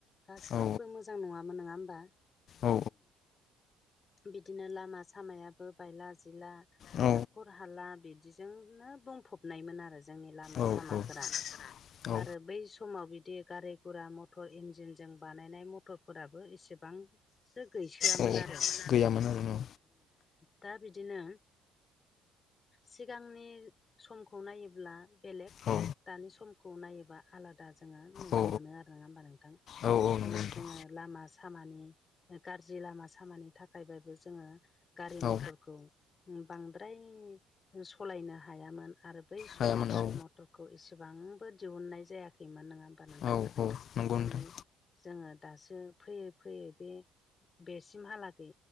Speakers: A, on the left; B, on the left.
A: गासिबो
B: औ
A: मोजां नङामोन नङा होमबा
B: औ
A: बिदिनो लामा सामायाबो बायला जिला
B: औ
A: हाखर हाला बिदिजोंनो बुंफबनायमोन आरो जोंनि लामा
B: औ
A: सामाफोरा।
B: औ औ
A: आरो बै समाव बिदि गारि गुरा मथर इन्जिनजों बानायनाय मथर फोराबो एसेबांसो गैसोआमोन
B: औ
A: आरो।
B: गैयामोन आरोना
A: दा बिदिनो सिगांनि समखौ नायोब्ला बेलेग
B: औ
A: दानि समखौ नायोबा आलादा जोङो नुनो
B: औ
A: मोनो आरो। नङा होमबा नोंथां
B: औ औ
A: दिनै
B: नंगौ नोंथां।
A: जोङो लामा सामानि गाज्रि लामा सामानि थाखाय थाखायबो जोङो गारि
B: औ
A: मथरखौ बांद्राय सालायनो हायामोन आरो बै समाव
B: हायामोन
A: गारि
B: औ
A: मथर डक्टरखौ इसेबांबो दिहुननाय जायाखैमोन नङा होमबा नोंथां
B: औ औ नंगौ
A: दिनै
B: नोंथां
A: जोङो दासो फैयै फैयै बे बेसिमहालागै